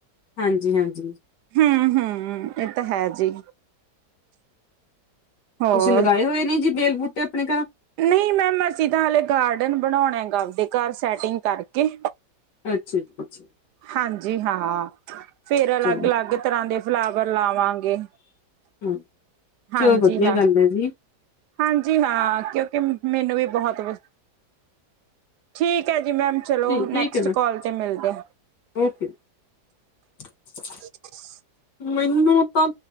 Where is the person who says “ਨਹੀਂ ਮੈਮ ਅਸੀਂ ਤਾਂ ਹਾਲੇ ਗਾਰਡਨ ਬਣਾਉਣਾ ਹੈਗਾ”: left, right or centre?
Right